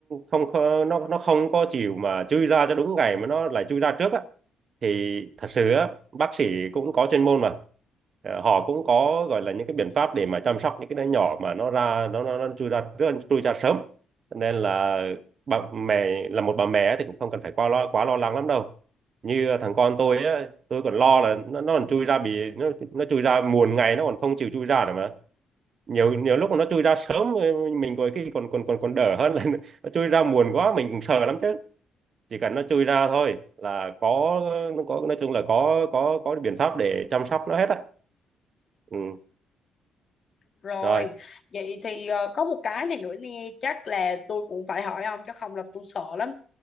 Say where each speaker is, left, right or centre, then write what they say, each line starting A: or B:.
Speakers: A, on the right; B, on the left.
A: không không- nó nó không có chịu mà chui ra cho đúng ngày mà nó lại chui ra trước á thì thật sự á bác sĩ cũng có chuyên môn mà Ờ, họ cũng có gọi là những cái biện pháp để mà chăm sóc những cái đứa nhỏ mà nó ra nó nó, nó chui ra trước chui ra sớm Cho nên là bà mẹ là một bà mẹ thì cũng không cần phải quá lo quá lo lắng lắm đâu như ờ, thằng con tôi á tôi còn lo là nó, nó còn chui ra bì nó nó chui ra muộn ngày nó còn không chịu chui ra nữa mà nhiều nhiều lúc mà nó chui ra sớm ờ, mình còn cái còn còn còn còn đỡ hơn là <laughs> nó chui ra muộn quá mình cũng sợ lắm chứ chỉ cần nó chui ra thôi là có nó có nói chung là có có có biện pháp để chăm sóc nó hết á ừ.
B: rồi
A: rồi
B: vậy thì ờ, có một cái này nữa nè chắc là tôi cũng phải hỏi ông chứ không là tôi sợ lắm